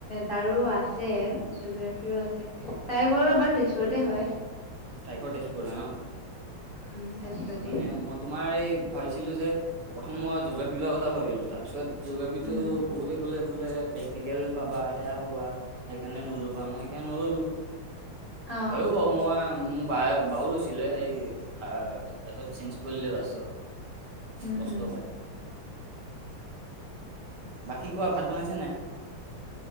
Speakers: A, on the left; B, on the right.
A: তাৰো আছে জিঅগ্ৰাফিও আছে তাইৰ ঘৰো বা তেজপুৰতে হয়
B: তাইৰ ঘৰ তেজপুৰতে ন
A: উম তেজপুৰতে
B: অঁ মানে মই তোমাৰ এই ভাবিছিলোঁ যে প্ৰথম মই জিঅ'গ্ৰাফী লোৱা কথা ভাবিলোঁ তাৰপিছত জিঅ'গ্ৰাফীটো
A: উম
B: বহুতেই ক'লে বোলে প্ৰেক্টিকেল পাবা সেয়া পাবা সেইকাৰণে নলবা মই সেইকাৰণে নললোঁ
A: অ
B: হয়ো বাৰু মই উম বা বাও লৈছিলে, এই তাৰপিছত চেঞ্জ কৰিলে লাষ্টত।
A: উম
B: কষ্ট
A: উম।
B: পাই। বাকী কোৱা ভাত বনাইছে নাই?